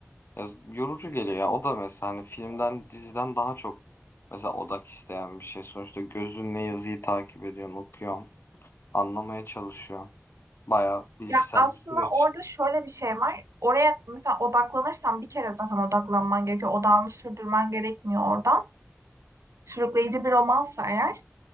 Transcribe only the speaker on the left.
ya yorucu geliyor ya. O da mesela hani filmden, diziden daha çok mesela odak isteyen bir şey. Sonuçta gözünle yazıyı takip ediyorsun, okuyorsun, anlamaya çalışıyorsun. Bayağı bilişsel
bir süreç.